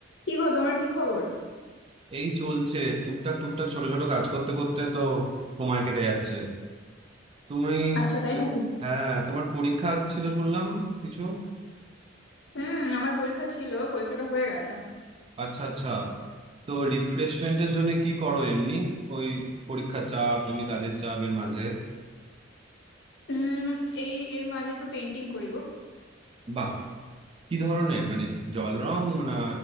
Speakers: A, on the left; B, on the right.
A: কি গো তোমার কি খবর
B: এই চলছে টুকটাক টুকটাক ছোট ছোট কাজ করতে করতে তো সময় কেটে যাচ্ছে তুমি
A: আচ্ছা তাই নাকি
B: হ্যাঁ তোমার পরীক্ষা ছিল শুনলাম কিছু
A: হুম আমার পরীক্ষা ছিল পরীক্ষাটা হয়ে গেছে
B: আচ্ছা আচ্ছা তো রিফ্রেশমেন্টের জন্য কি করো এমনি ওই পরীক্ষার চাপ এমনি কাজের চাপ এর মাঝে
A: উম এই এর মাঝে তো পেন্টিং করি গো
B: বাহ কি ধরনের মানে জল রং না